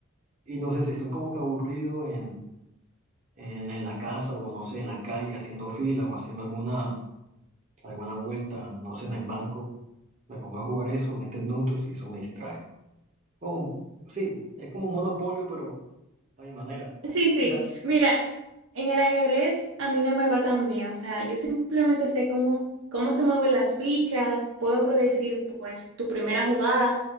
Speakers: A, on the right (about 35°); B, on the right (about 70°).
A: Y no sé si estoy como que aburrido en, en, en la casa o no sé, en la calle, haciendo fila o haciendo alguna, alguna vuelta, no sé, en el banco Me pongo a jugar eso 20 minutos y eso me distrae. Como, sí, es como un monopolio, pero a mi manera.
B: Sí,
A: Y,
B: sí.
A: y ta-
B: Mira, en el ajedrez a mí no me va tan bien. O sea, yo simplemente sé cómo, cómo se mueven las fichas, puedo predecir pues tu primera jugada,